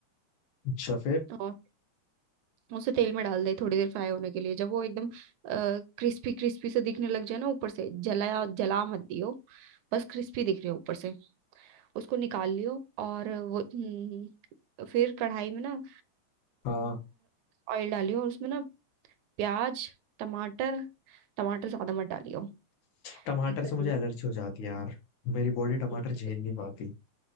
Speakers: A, on the left; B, on the right.
A: अच्छा फिर
B: और उसे तेल में डाल दे थोड़ी देर फ्राई होने के लिए जब वो एकदम क्रिस्पी क्रिस्पी से दिखने लग जाए ना ऊपर से जलाया जला मत दियो बस क्रिस्पी दिख रहे हो ऊपर से उसको निकाल लियो और वो हम्म, फिर कढ़ाई में ना
A: हाँ
B: ऑयल डालियो और उसमें ना प्याज टमाटर टमाटर ज्यादा मत डालियो
A: टमाटर
B: Taste
A: से
B: अजीब-
A: मुझे एलर्जी हो जाती है यार मेरी बॉडी टमाटर
B: हम्म,
A: झेल
B: तो
A: नहीं पाती